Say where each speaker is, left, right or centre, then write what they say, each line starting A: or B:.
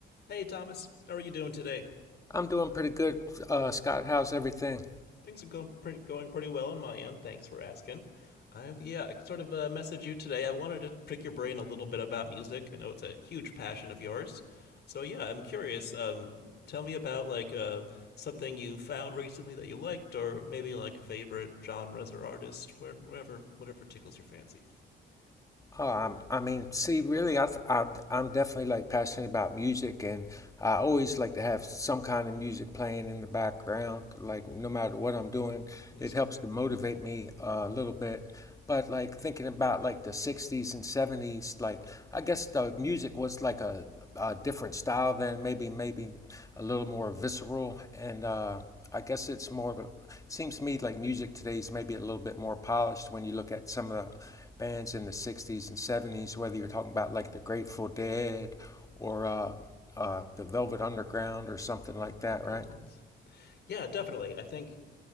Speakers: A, on the left; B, on the left.
A: Hey, Thomas. How are you doing today?
B: I'm doing pretty good, uh, Scott. How's everything?
A: Things are going pretty, going pretty well on my end. Thanks for asking. I yeah, I sort of uh, messaged you today. I wanted to pick your brain a little bit about music. I know it's a huge passion of yours. So yeah, I'm curious. Um, tell me about like uh, something you found recently that you liked, or maybe like favorite genres or artists, where, wherever, whatever tickles your fancy.
B: Oh, I'm, I mean, see, really, I, I, I'm definitely like passionate about music, and I always like to have some kind of music playing in the background. Like, no matter what I'm doing,
A: Let me
B: it
A: see.
B: helps to motivate me uh, a little bit. But like thinking about like the 60s and 70s, like I guess the music was like a, a different style then, maybe maybe a little more visceral, and uh, I guess it's more. It seems to me like music today is maybe a little bit more polished when you look at some of the bands in the '60s and '70s. Whether you're talking about like the Grateful Dead or uh, uh, the Velvet Underground or something like that,
A: Good
B: right?
A: ones. Yeah, definitely. I think